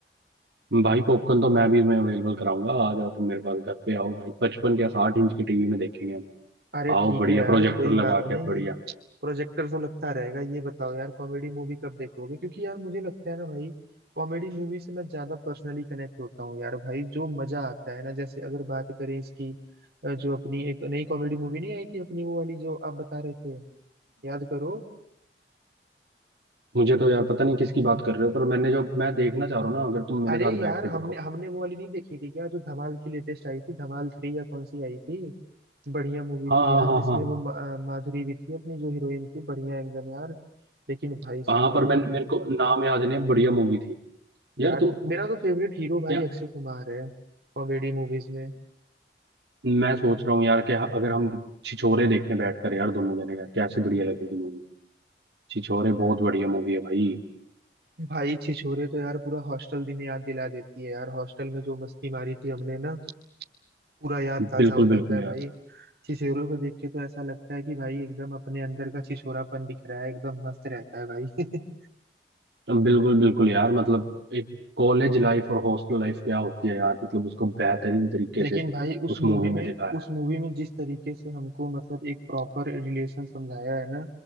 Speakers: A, on the right; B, on the right.
A: भाई पॉपकॉर्न तो मैं भी मैं अवेलेबल कराऊंगा आ जाओ तुम मेरे पास घर पे आओ भाई पचपन क्या साठ इंच की टीवी में देखेंगे हम
B: अरे
A: आओ
B: ठीक
A: बढ़िया
B: है यार
A: प्रोजेक्टर
B: कोई बात
A: लगा
B: नहीं
A: के बढ़िया
B: प्रोजेक्टर तो लगता रहेगा ये बताओ यार कॉमेडी मूवी कब देखोगे क्योंकि यार मुझे लगता है ना भाई कॉमेडी मूवी से मैं ज्यादा पर्सनली कनेक्ट होता हूँ यार भाई जो मजा आता है ना जैसे अगर बात करें इसकी अ, जो अपनी एक नई कॉमेडी मूवी नहीं आई थी अपनी वो वाली जो आप बता रहे थे याद करो
A: मुझे तो यार पता नहीं किसकी बात कर रहे हो पर मैंने जो मैं देखना चाह रहा हूँ ना अगर तुम मेरे
B: अरे
A: साथ
B: यार
A: बैठ के
B: हमने
A: देखो
B: हमने वो वाली नहीं देखी थी क्या जो धमाल की लेटेस्ट आई थी धमाल थ्री या कौन सी आई थी बढ़िया मूवी
A: हाँ
B: थी यार
A: हाँ
B: जिसमें
A: हाँ
B: वो मा- अ, माधुरी भी थी अपनी जो हीरोइन थी बढ़िया एकदम यार लेकिन भाई साहब
A: हाँ हाँ पर मैं मेरे को नाम याद नहीं है बढ़िया मूवी थी यार
B: यार
A: तुम
B: मेरा तो फेवरेट हीरो भाई
A: क्या
B: अक्षय कुमार है कॉमेडी मूवीज में
A: मैं सोच रहा हूँ यार कि अगर हम छिछोरे देखें बैठकर यार दोनों जने यार कैसी बढ़िया लगेगी मूवी छिछोरे बहुत बढ़िया मूवी है भाई
B: भाई छिछोरे तो यार पूरा हॉस्टल दिन याद दिला देती है यार हॉस्टल में जो मस्ती मारी थी हमने ना पूरा याद
A: बिल्कुल
B: ताजा हो जाता
A: बिल्कुल
B: है
A: यार
B: भाई छिछोरे को देख के तो ऐसा लगता है कि भाई एकदम अपने अंदर का छिछोरापन दिख रहा है एकदम मस्त रहता है भाई <laughs>
A: तो बिल्कुल बिल्कुल यार मतलब एक कॉलेज लाइफ और हॉस्टल लाइफ क्या होती है यार मतलब उसको बेहतरीन तरीके
B: लेकिन
A: से
B: भाई उस
A: उस
B: मूवी
A: मूवी में
B: में
A: दिखाया
B: उस
A: है
B: मूवी में जिस तरीके से हमको मतलब एक प्रॉपर रिलेशन समझाया है ना